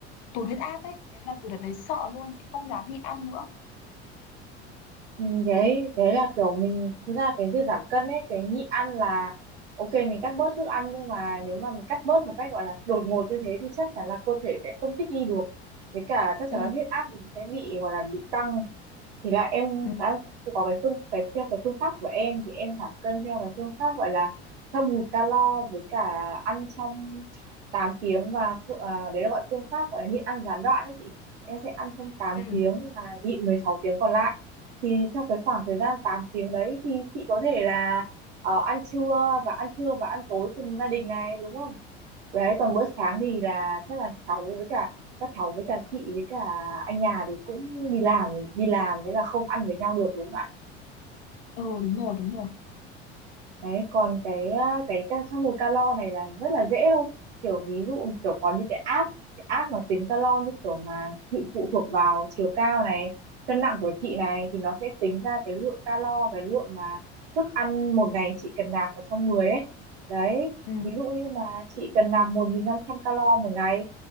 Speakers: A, on the left; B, on the right.
A: tụt huyết áp ấy thế là từ đợt đấy sợ luôn chị không dám nhịn ăn nữa
B: Ừ, đấy đấy là kiểu mình thực ra cái việc giảm cân ấy cái nhịn ăn là ok mình cắt bớt thức ăn nhưng mà nếu mà mình cắt bớt một cách gọi là đột ngột như thế thì chắc chắn là cơ thể sẽ không thích nghi được với cả chắc chắn
A: ừ
B: là huyết áp mình sẽ bị gọi là bị tăng thì là em
A: ừ
B: đã có cái phương cái theo cái phương pháp của em thì em giảm cân theo cái phương pháp gọi là thâm hụt calo với cả ăn trong 8 tiếng và phu- à, đấy là gọi phương pháp gọi là nhịn ăn gián đoạn đấy chị em sẽ ăn trong tám
A: ừ
B: tiếng và nhịn 16 tiếng còn lại thì trong cái khoảng thời gian 8 tiếng đấy thì chị có thể là ờ, ăn trưa và ăn trưa và ăn tối cùng gia đình này đúng không? Đấy còn bữa sáng thì là chắc là cháu với cả các cháu với cả chị với cả anh nhà thì cũng đi làm đi làm thế là không ăn với nhau được đúng không
A: ừ đúng rồi đúng rồi
B: Đấy, còn cái à, cái ca- trong một calo này là rất là dễ thôi. Kiểu ví dụ kiểu có những cái app cái app nó tính calo như kiểu mà chị phụ thuộc vào chiều cao này, cân nặng của chị này thì nó sẽ tính ra cái lượng calo, cái lượng mà thức ăn một ngày chị cần nạp vào trong người ấy. Đấy,
A: ừ
B: ví dụ như mà chị cần nạp 1.500 calo một ngày